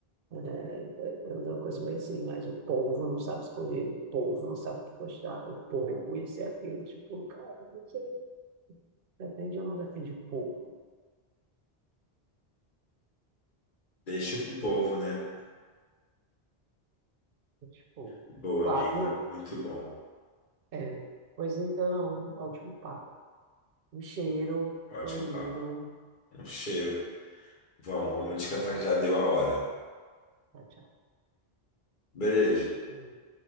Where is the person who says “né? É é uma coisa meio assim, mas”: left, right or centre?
Right